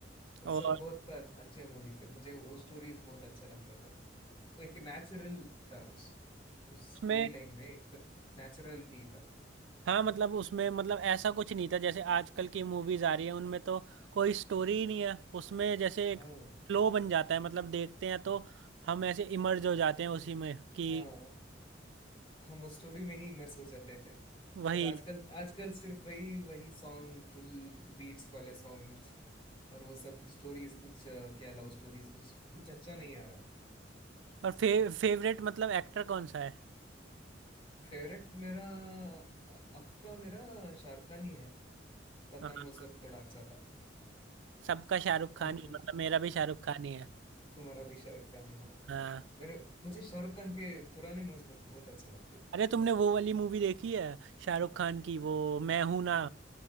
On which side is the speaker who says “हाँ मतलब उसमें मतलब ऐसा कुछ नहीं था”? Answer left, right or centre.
Right